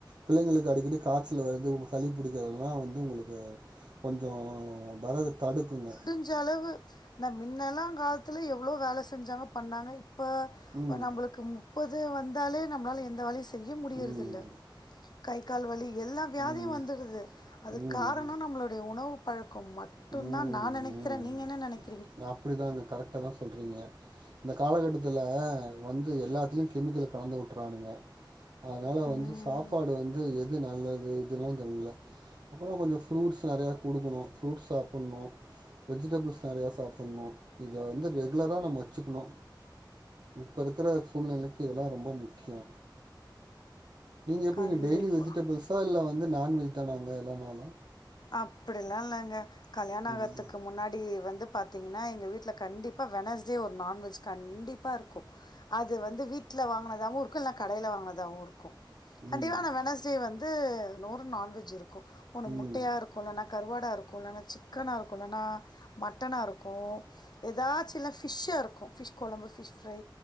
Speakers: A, on the right; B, on the left.
A: பிள்ளைங்களுக்கு அடிக்கடி காச்சல் வர்து உங்க சளி பிடிக்கிறதுலா வந்து உங்களுக்கு கொஞ்சோ வரத தடுக்குங்க
B: ஞ்ச அளவு ந மின்னெலா காலத்துல எவ்ளோ வேல செஞ்சாங்க பண்ணாங்க இப்போ இப்ப
A: ம்
B: நம்பளுக்கு முப்பது வந்தாலே நம்மளால எந்த வேலயு செய்ய முடியறது
A: ம்
B: இல்ல கை கால் வலி எல்லா வியாதியு
A: ம்
B: வந்துருது அதுக்கு
A: ம்
B: காரணோ நம்மளுடைய உணவு பழக்கோ மட்டுந்தா
A: ம்
B: நா நெனைக்கிற
A: ம்
B: நீங்க என்ன நெனைக்
A: அப்டிதாங்க கரெக்டாதா சொல்றீங்க இந்த காலகட்டத்துல வந்து எல்லாத்துலயு கெமிக்கல கலந்து வுட்டு்றானுங்க அதனால
B: ம்.
A: வந்து சாப்பாடு வந்து எது நல்லது இதெல்லா தெரியில அப்றோ கொஞ்சோ ஃப்ரூட்ஸ் நெறையா குடுக்கணு ஃப்ரூட்ஸ் சாப்ட்ணு வெஜிடபிள்ஸ் நெறையா சாப்ட்ணு இத வந்து ரெகுலரா நம்ம வெச்சிக்ணு இப்ப இருக்கிற சூழ்நிலைக்கு இதெல்லா ரொம்ப முக்கியோ நீங்க எப்டிங்க
B: கண்டிப்பா.
A: டெய்லி வெஜிடபிள்ஸா இல்ல வந்து நான்வெஜ் தானாங்க எல்லா நாளு
B: அப்டிலா இல்லங்க கல்யாண ஆகத்துக்கு
A: ம்
B: முன்னாடி வந்து பாத்தீங்கன்னா எங்க வீட்ல கண்டிப் வெனஸ்டே ஒரு நான்வெஜ் கண்டிப்பா இருக்கு அது வந்து வீட்ல வாங்கினதாவு இருக்கு இல்ல கடையில வாங்கினதாவு இருக்கு கண்டிப்பா
A: ம்
B: ஆனா வெனஸ்டே வந்து ஒரு நான்வெஜ் இருக்கு ஒன்னு முட்ட
A: ம்
B: இருக்கு இல்லனா கருவாடாக இருக்கு இல்லனா சிக்கனாக இருக்கு இல்லனா மட்டனாக இருக்கு எதாச்சு இருக்கு இல்லனா ஃபிஷ் இருக்கு ஃபிஷ் கொழம்பு ஃபிஷ் ஃப்ரை